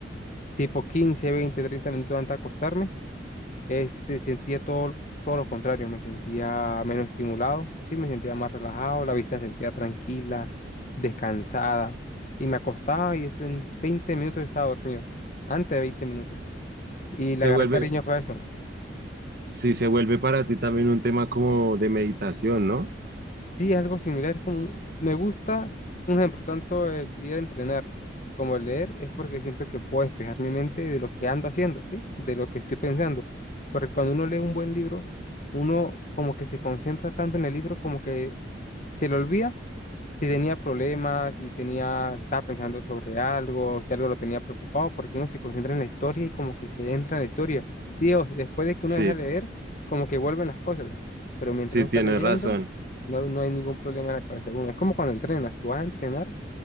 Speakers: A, on the left (about 45°); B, on the right (about 55°).
A: tipo 15 20 30 minutos antes de acostarme, este, sentía todo, todo lo contrario, me sentía menos estimulado, ¿sí? Me sentía más relajado, la vista se sentía tranquila, descansada y me acostaba y eso en 20 minutos yo estaba dormido, antes de 20 minutos. Y
B: Se
A: le agarré
B: vuelve,
A: cariño fue a eso.
B: sí, se vuelve para ti también un tema como de meditación, ¿no?
A: Sí, es algo similar, es como, me gusta, un ejemplo, tanto el ir a entrenar como el leer, es porque siento que puedo despejar mi mente de lo que ando haciendo, ¿sí? De lo que estoy pensando. Porque cuando uno lee un buen libro, uno como que se concentra tanto en el libro como que se le olvida si tenía problemas, si tenía, estaba pensando sobre algo, si algo lo tenía preocupado, porque uno se concentra en la historia y como que se entra en la historia. Sí, o después de que
B: Sí,
A: uno deja de leer, como que vuelven las cosas, pero mientras
B: sí,
A: uno está
B: tienes
A: leyendo,
B: razón.
A: no, no hay ningún problema en la cabeza de uno. Es como cuando entrenas, tú vas a entrenar